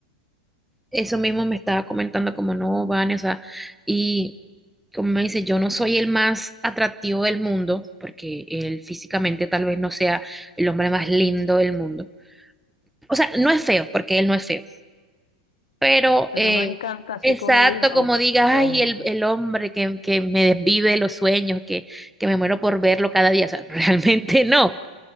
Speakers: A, in the centre; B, on the left.
A: eso mismo me estaba comentando como no, Vane, o sea, y como me dice, yo no soy el más atractivo del mundo, porque él físicamente tal vez no sea el hombre más lindo del mundo O sea, no es feo, porque él no es feo, pero
B: Pero
A: eh,
B: no encanta así
A: exacto,
B: que uno diga,
A: como
B: uff,
A: digas,
B: qué
A: ay,
B: hombre.
A: el, el hombre que, que me desvive los sueños, que, que me muero por verlo cada día, o sea, <laughs> realmente no,